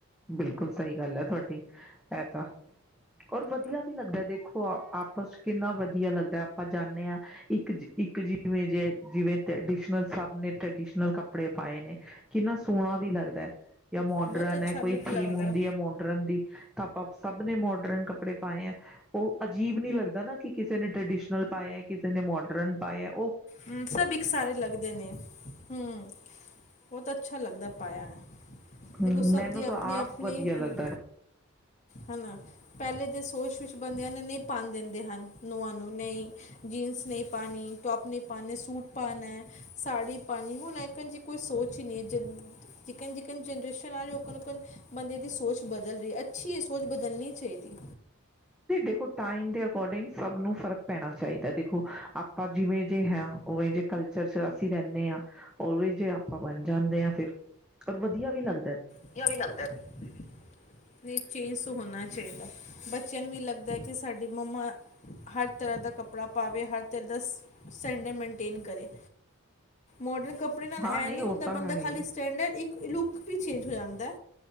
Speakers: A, in the centre; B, on the left (about 30°).
A: ਬਿਲਕੁਲ ਸਹੀ ਗੱਲ ਐ ਤੁਹਾਡ <unintelligible> ਔਰ ਵਧੀਆ ਵੀ ਲੱਗਦੈ ਦੇਖੋ ਆਪਸ ਚ ਕਿੰਨਾ ਵਧੀਆ ਲੱਗਦ ਆਪਾਂ ਜਾਨੇ ਆਂ। ਇੱਕ-ਇੱਕ ਜਿਵੇਂ ਜੇ ਜਿਵੇਂ ਟਰਡੀਸ਼ਨਲ ਸਭ ਨੇ ਟਰਡੀਸ਼ਨਲ ਕੱਪੜੇ ਪਾਏ ਨੇ, ਕਿੰਨਾ ਸੋਣਾ ਵੀ ਲੱਗਦੈ। ਯਾ ਮੋਡਰਨ
B: ਬਹੁਤ ਅੱਛਾ
A: ਐ ਕੋਈ
B: ਲੁੱਕ ਲੱਗਦਾ
A: ਥੀਮ ਹੁੰਦੀ
B: ਹੈ।
A: ਐ ਮੋਡਰਨ ਦੀ ਤਾਂ ਆਪਾਂ ਸਭ ਨੇ ਮੋਡਰਨ ਕੱਪੜੇ ਪਾਏ ਐ ਓ ਅਜੀਬ ਨੀ ਲੱਗਦਾ ਨਾ ਕਿ ਕਿਸੇ ਨੇ ਟ੍ਰਡੀਸ਼ਨਲ ਪਾਇਐ, ਕਿਸੇ ਨੇ ਮੋਡਰਨ ਪਾਇਆ।
B: ਹੰਮ ਸਭ ਇੱਕ ਸਾਰੇ ਲੱਗਦੇ ਨੇ, ਹੰਮ ਬੋਤ ਅੱਛਾ ਲੱਗਦਾ ਪਾਇਆ ਐ।
A: ਹਮ,
B: ਦੇਖੋ ਸਭ
A: ਮੈਨੂੰ
B: ਦੀ
A: ਤਾਂ
B: ਅਪਨੀ-ਅਪਨੀ
A: ਆਪ ਵਧੀਆ ਲੱਗਦਾ
B: ਹੰ, ਹੇਨਾ ਪੈਲੇ ਦੀ ਸੋਚ ਵਿਚ ਬੰਦਿਆਂ ਨੇ ਨਈ ਪਾਣ ਦਿੰਦੇ ਹਨ ਨੂਆਂ ਨੂੰ, ਨਈ ਜਿਨਸ ਨਈ ਪਾਣੀ, ਟੋਪ ਨਈ ਪਾਨੇ ਸੂਟ ਪਾਨੈ, ਸਾੜੀ ਪਾਣੀ ਹੁਣ ਏਕਨ-ਜੀ ਕੋਈ ਸੋਚ ਨਈ ਏ। ਜਿਕਨ-ਜਿਕਨ ਜਨਰੇਸ਼ਨ ਆ ਰਹੀ ਹੈ ਓਕਨ-ਓਕਨ ਬੰਦੇ ਦੀ ਸੋਚ ਬਦਲ ਰੀ ਏ। ਅੱਛੀ ਏ ਸੋਚ ਬਦਲਨੀ ਚੈਦੀਏ।
A: ਤੇ ਦੇਖੋ ਟਾਈਮ ਦੇ ਅਕੋਰਡਿੰਗ ਸਭ ਨੂੰ ਫਰਕ ਪੈਣਾ ਚਾਹੀਦੈ ਦੇਖੋ, ਆਪਾਂ ਜਿਵੇਂ ਜਿਹੇ ਹਾਂ ਉਵੇਂ ਜੇ ਕਲਚਰ ਚ ਅਸੀਂ ਰਹਨੇ ਹਾਂ ਉਵੇ ਜਿਹੇ ਆਪਾਂ ਬਣ ਜਾਂਦੇ ਹਾਂ ਫਿਰ ਓਰ ਵਧੀਆ ਵੀ ਲੱਗ
B: ਵਧੀਆ ਵੀ ਲੱਗਦਾ ਐ ਨਹੀਂ ਚੇਂਜ ਤੋ ਹੋਣਾ ਚਾਹੀਦਾ ਬੱਚਿਆਂ ਨੂੰ ਵੀ ਲੱਗਦਾ ਕਿ ਸਾਡੀ ਮੰਮਾ ਹਰ ਤਰ੍ਹਾਂ ਦਾ ਕੱਪੜਾ ਪਾਵੇ, ਹਰ ਤਰ੍ਹਾਂ ਦਾ ਸਟੈਂਡਰਡ ਮੇਨਟੇਨ ਕਰੇ ਮੋਡਰਨ ਕੱਪੜੇ ਨਾਲ
A: ਹਾਂ
B: ਐ
A: ਨਹੀਂ
B: ਨੀ
A: ਉਹ
B: ਹੁੰਦਾ
A: ਤਾਂ
B: ਬੰਦਾ
A: ਹੈ ਹੀ
B: ਖਾਲੀ ਸਟੈਂਡਰ ਇੱਕ ਲੂਕ ਵਿੱਚ ਚੇਂਜ ਹੋ ਜਾਂਦੈ